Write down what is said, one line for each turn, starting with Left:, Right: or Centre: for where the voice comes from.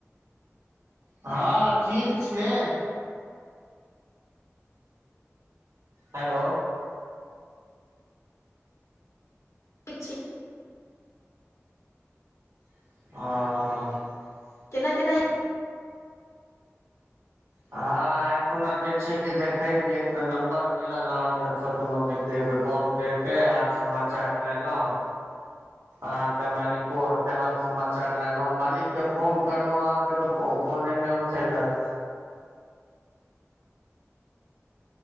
Right: हँ ठीक छिय। हेलो।
Left: छी।
Right: ह।
Left: केना केना
Right: हँ एखना जे छै कि देखे रहियै तऽ नम्बर मिलल अहाँके सचलहुँ जे कॉ कर के हाल समाचार लेलहुँ अहके मालिको आर के हाल समाचार लेल लेलहु मालिक के फोन करलहु अहाँके त फ फोने नहि उठेलक।